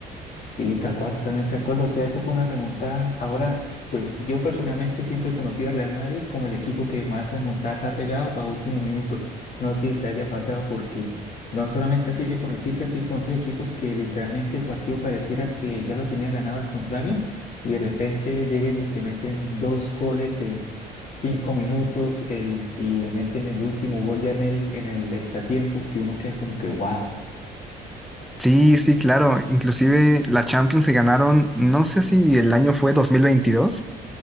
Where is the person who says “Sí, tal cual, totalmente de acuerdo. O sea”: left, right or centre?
Left